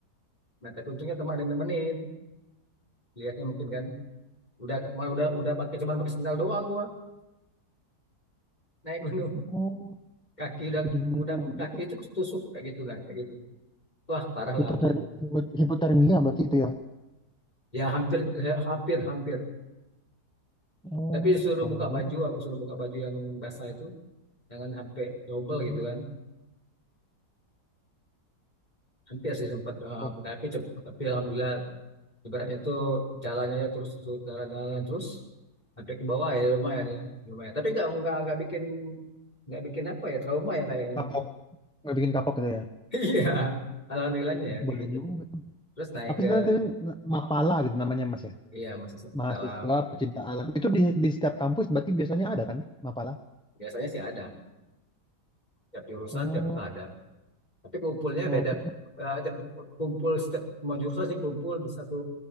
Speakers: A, on the left; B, in the centre.
A: Nah, tapi untungnya teman ada yang nemenin. Lihatnya mungkin kan. Udah mau udah udah pakai cuman pakai sendal doang gua naik gunung.
B: Oh,
A: Kaki udah
B: kedinginan.
A: udah kaki
B: Berarti
A: itu ketusuk kayak gitu lah, kayak gitu. Wah, parah lah
B: hipoter-
A: hampir.
B: hipo- hipotermia berarti itu ya.
A: Ya hampir eh, hampir hampir.
B: Oh,
A: Tapi suruh
B: parah
A: buka
B: juga.
A: baju, aku suruh buka baju yang basah itu, jangan sampai double
B: Hmm.
A: gitu kan. Hampir sih sempat eh,
B: Oh,
A: tapi cep- tapi alhamdulillah ibaratnya itu jalannya aja terus su- jalan-jalan terus sampai ke bawah ya lumayan ya, lumayan. Tapi nggak nggak nggak bikin nggak bikin apa ya trauma ya kayaknya.
B: kapok.
A: <laughs>
B: Nggak bikin kapok gitu ya.
A: Iya, alhamdulillahnya
B: Oh,
A: ya kayak
B: Boleh
A: gitu.
B: juga. tuh.
A: Terus naik
B: Apa
A: ke
B: sih nanti Mapala gitu namanya mas ya?
A: iya masih setelah
B: Mahasiswa pecinta alam. Itu di, di setiap kampus berarti biasanya ada kan Mapala?
A: biasanya sih ada tiap jurusan
B: Oh,
A: tiap itu ada. tapi kumpulnya
B: oke.
A: beda Eh, kumpul setiap semua jurusan sih kumpul di satu